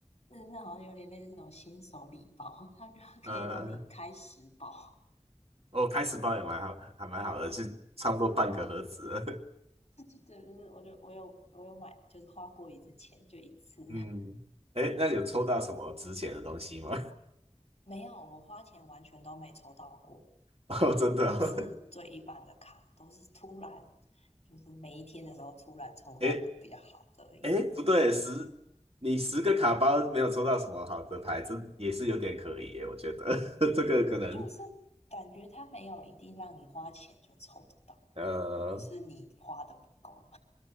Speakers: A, on the left (about 60°); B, on the right (about 55°).
A: 那那好像有点类似那种新手礼包，它就可以让你开十包，
B: 呃，我、开始包也蛮好，还蛮好的，就差不多半个盒子了
A: <laughs> 就对，对，对，我就我有我有买，就是花过一次钱，就一次，
B: <laughs> 嗯，哎，那你有抽到什么值钱的东西吗？
A: <laughs> 没有，我花钱完全都没抽到过，
B: <laughs> 哦，真的哦，
A: 都是最一般的卡，都是突然就是每一天的时候突然抽到一个比较好的而已。
B: <laughs> 哎哎，不对，十你十个卡包没有抽到什么好的牌，这也是有点可疑耶，我觉得 <laughs> 这个可能
A: 就是感觉它没有一定让你花钱就抽得到，
B: 呃，
A: 或是你花的不够。